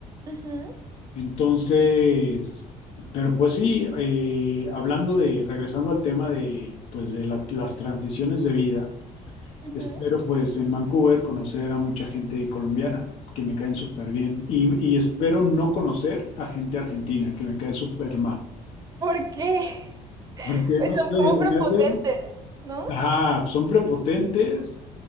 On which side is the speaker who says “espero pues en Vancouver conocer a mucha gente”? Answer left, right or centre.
Left